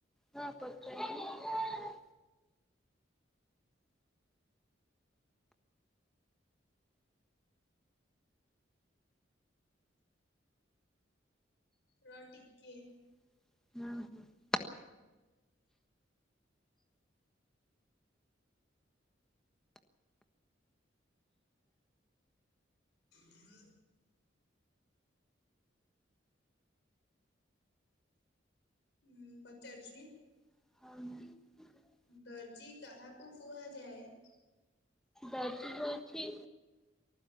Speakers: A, in the centre; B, on the left.
A: ହଁ ପଚାରୁନୁ?
B: ର ଟିକିଏ।
A: <unintelligible>
B: <inaudible> ଉଁ ପଚାରୁଛି?
A: <inaudible>
B: ଦର୍ଜି କାହାକୁ କୁହାଯାଏ?
A: ଦର୍ଜି ହଉଛି